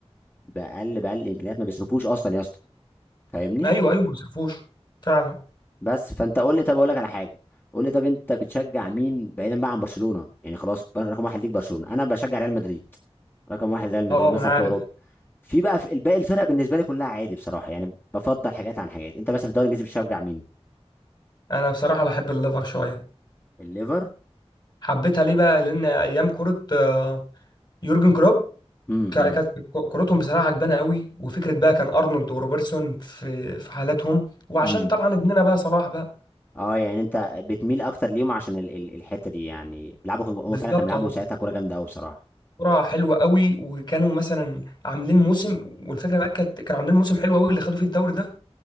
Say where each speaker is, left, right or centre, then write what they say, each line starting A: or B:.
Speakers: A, on the left (about 20°); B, on the left (about 40°).
A: باقل باقل الامكانيات ما بيصرفوش اصلا يا اسطى فاهمني
B: ايوه ايوه ما صرفوش فعلا
A: بس فانت قول لي طب اقول لك على حاجه قول لي طب انت بتشجع مين بعيدا بقى عن برشلونه يعني خلاص رقم واحد ليك برشلونه انا بشجع ريال مدريد رقم واحد ريال مدريد
B: اه
A: مثلا
B: ما انا
A: في
B: عارف
A: اوروبا في بقى في باقي الفرق بالنسبه لي كلها عادي بصراحه يعني بفضل حاجات عن حاجات انت مثلا في الدوري الانجليزي بتشجع مين
B: انا بصراحه بحب الليفر شويه
A: الليفر
B: حبيتها ليه بقى لان ايام كره آه، يورجن كلوب
A: امم
B: كا- كانت كورتهم بصراحه عجبانه قوي وفكره بقى كان ارنولد وروبرتسون في في حالاتهم وعشان
A: امم
B: طبعا ابننا بقى صلاح بقى
A: اه يعني انت بتميل اكتر ليهم عشان ال ال الحته دي يعني بيلعبوا كان هو
B: بالظبط
A: فعلا كان بيلعبوا
B: اه
A: ساعتها كوره جامده قوي بصراحه
B: كره حلوه قوي وكانوا مثلا عاملين موسم والفكره بقى كانت كانوا عاملين موسم حلو قوي اللي خدوا فيه الدوري ده